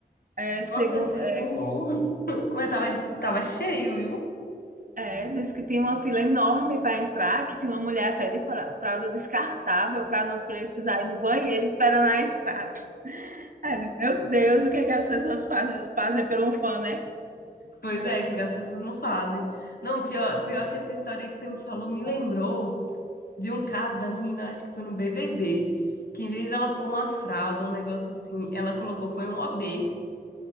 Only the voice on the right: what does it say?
é, segun-
é,
é, diz que tinha uma fila enorme para entrar, que tinha uma mulher até de fra- fralda descartável para não precisar ir no banheiro esperando a entrada. Mas, Meu Deus, o que é que as pessoas fazem, fazem por um fã, né?
Pô,
Então,